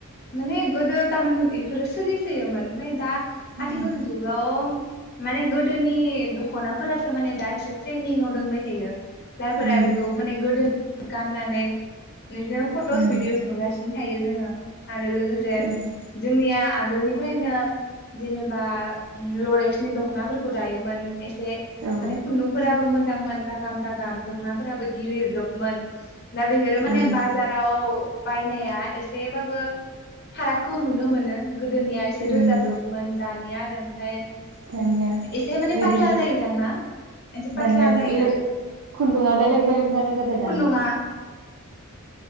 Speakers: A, on the left (about 50°); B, on the right (about 70°).
A: माने गोदो थारमाने बेफोरो सोलिसोयोमोन ओमफ्राय दा
B: उम
A: आथिखाल जुग गाव माने गोदोनि दख'नाफोरासो माने दा एसे ट्रेनिंआव दोंबाय थायो। जायफोरा
B: उम
A: बेखौ माने गोदोनि गाननानै बिदिनो फट'स
B: उम
A: भिडिअस नुगासिनो थायो जोङो आरो लोगोसे
B: उम
A: जोंनिया आगोलनिफ्रायनो जेनेबा लरेक्सनि दख'नाफोरखौ दायोमोन एसे
B: औ
A: माने खुन्दुंफोराबो मोजांमोन रागाम रागाम दख'नाफोराबो गिलिर दबमोन। दा बेखौनो माने
B: उम
A: बाजाराव बायनाया एसेबाबो फारागखौ नुनो मोनो गोदोनिया एसे
B: उम
A: रोजाादबमोन दानिया आरो ओमफाय
B: <unintelligible>
A: एसे माने
B: ओरैनो
A: पात्ला जायो जोंना एसे पात्ला
B: दानिया बेलेग
A: जायो
B: खुन्दुङा बेलेग बेलेग जानाय जाबाय
A: खुन्दुङा
B: दाना